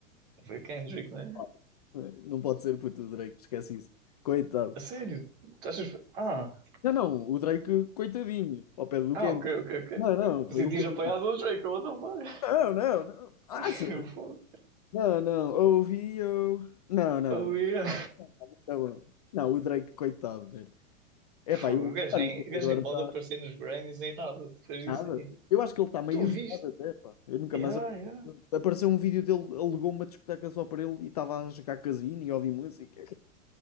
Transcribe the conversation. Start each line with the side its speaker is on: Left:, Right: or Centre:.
Right: Foi o Kendrick, né?
Left: Pá, é, Não pode ser puto o Drake, esquece isso. Coitado.
Right: A sério? Tu achas. que foi- Ah,
Left: Não, não, o Drake, coitadinho, ao pé do
Right: ah,
Left: Kendrick.
Right: ok, ok, ok.
Left: Não, não, foi
Right: Você
Left: o
Right: tinha
Left: Kendrick.
Right: apoiado o Drake, what the fuck?
Left: Não, não, não. Acha?
Right: <laughs> Eu vou.
Left: Não, não, ouvi eu. Não, não,
Right: Oh,
Left: não.
Right: yeah.
Left: Tá bom. Não, o Drake, coitado, velho. Epá,
Right: Fogo,
Left: eu,
Right: O gajo
Left: olha,
Right: nem,
Left: como
Right: o gajo
Left: agora
Right: nem pode
Left: está
Right: aparecer nos Grammys nem nada depois
Left: nada.
Right: disso aí.
Left: Eu acho que ele está meio
Right: Tu
Left: isolado
Right: viste?
Left: até, pá. Eu nunca
Right: Yeah,
Left: mais.
Right: yeah.
Left: Apareceu um vídeo dele, alugou uma discoteca só para ele e estava a jogar casino e a ouvir música.